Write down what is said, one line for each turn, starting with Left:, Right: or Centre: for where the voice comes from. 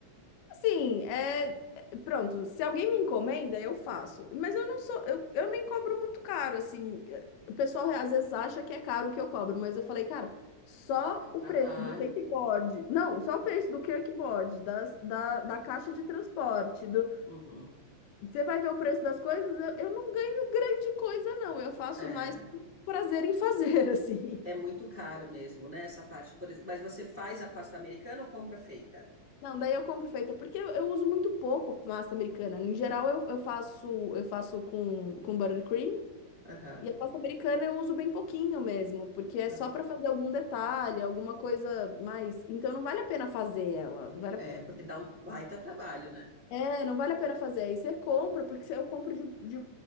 Left: Assim, é, é- pronto, se alguém me encomenda, eu faço. Mas eu não sou, eu, eu nem cobro muito caro, assim. É, O pessoal às vezes acha que é caro o que eu cobro, mas eu falei, cara, só
Centre: É um trabalho.
Left: o preço do kickboard. Não, só o preço do kickboard, das, da, da caixa de transporte, do...
Centre: Uhum.
Left: Você vai ver o preço das coisas, eu, eu não ganho grande coisa, não. Eu faço
Centre: É,
Left: mais por prazer em fazer, <laughs> assim.
Centre: é muito caro mesmo, né? Essa parte, por exemplo. Mas você faz a pasta americana ou compra feita?
Left: Não, daí eu compro feita, porque eu, eu uso muito pouco massa americana. Em geral, eu, eu faço eu faço com, com buttercream
Centre: Aham,
Left: E a pasta americana eu uso bem pouquinho mesmo, porque é
Centre: aham.
Left: só para fazer algum detalhe, alguma coisa mais. Então não vale a pena fazer ela. Vale
Centre: É,
Left: a-
Centre: porque dá um baita trabalho, né?
Left: É, não vale a pena fazer. Aí você compra, porque você- eu compro de, de